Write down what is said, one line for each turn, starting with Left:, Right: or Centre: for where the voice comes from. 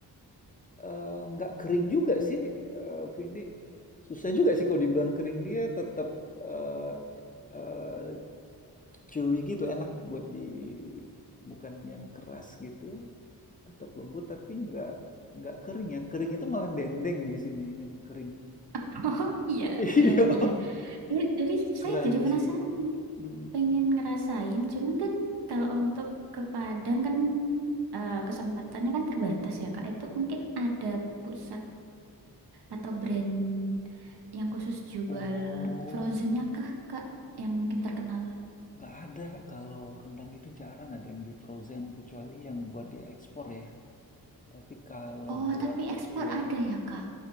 Left: eee, nggak kering juga sih, eee, Vindi. Susah juga sih kalau dibilang kering, dia tetap, eee eee, chewy gitu, enak buat di bukan yang keras gitu, tetap lembut tapi nggak nggak kering. Yang kering itu malah dendeng di sini, yang kering.
Right: <laughs> Oh iya,
Left: <laughs> Iya,
Right: iya, iya. Iya, Jadi
Left: crunchy
Right: saya jadi penasaran,
Left: kan. Mhm.
Right: pengen ngerasain. Cuman kan kalau untuk ke Padang kan eh, kesempatannya kan terbatas ya, Kak. Itu mungkin ada pusat atau brand yang khusus jual
Left: Oh,
Right: frozennya kah, Kak? Yang mungkin terkenal.
Left: Nggak ada kalau rendang itu jarang ada yang di frozen kecuali yang buat diekspor ya. Tapi kalau
Right: Oh,
Left: buat
Right: tapi ekspor
Left: ya
Right: ada ya, Kak?